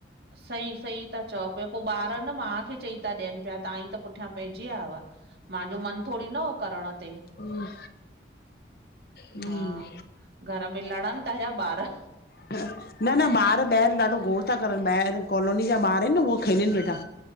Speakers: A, on the right; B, on the left.
A: सई सई ता चओ पिया पो ॿार न मां खे चई ता ॾियनि पिया तव्हां ई त पुठियां पइजी विया हुव मुंहिंजो मन थोरहड़ी न होओ करण ते।
B: हम्म हम्म
A: हा घर में लड़नि था या ॿार?
B: न न ॿार ॿाहिरि ॾाढो गोण था करनि ॿाहिरि कॉलोनी जा ॿार आहिनि न उहे खेलनि वेठा।